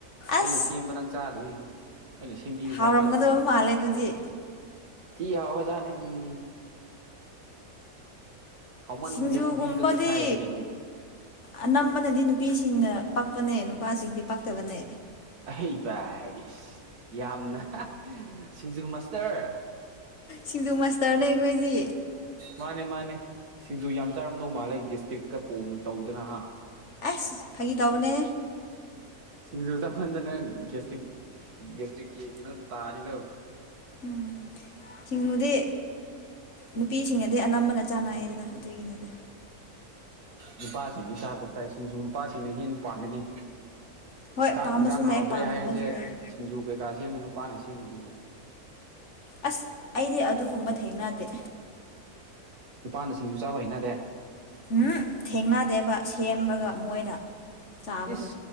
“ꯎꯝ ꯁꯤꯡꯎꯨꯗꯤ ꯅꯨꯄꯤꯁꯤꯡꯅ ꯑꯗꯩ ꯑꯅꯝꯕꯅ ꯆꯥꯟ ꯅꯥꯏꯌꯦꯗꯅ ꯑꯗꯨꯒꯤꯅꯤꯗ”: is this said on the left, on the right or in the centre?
Left